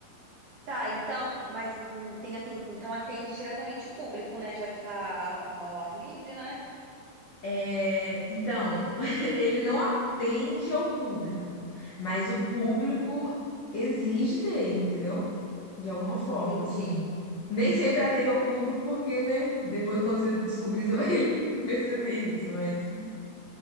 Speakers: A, on the right; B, on the left.
A: Tá, então, mas hum, tem, aten- então atende diretamente o público, né? Já que tá ao, ao ar livre, né?
B: É, então, <laughs> ele não atende ao público, mas o público exige dele, entendeu? De alguma forma,
A: Entendi.
B: assim. Nem sempre atende ao público, porque, né? Depois, quando você descobrir, você vai <laughs> perceber isso, mas.